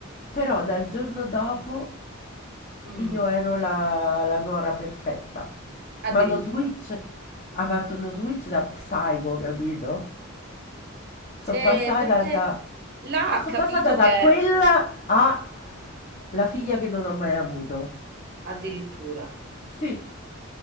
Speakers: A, on the left; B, on the right.
A: però dal giorno dopo
B: Mm,
A: io ero la, la nuora perfetta.
B: addirittura.
A: Ma uno switch, ha fatto uno switch da psycho, capito? Sono
B: Se,
A: passata
B: perché
A: da,
B: là ha
A: sono
B: capito
A: passata da
B: che...
A: quella a la figlia che non ho mai avuto.
B: Addirittura.
A: Sì,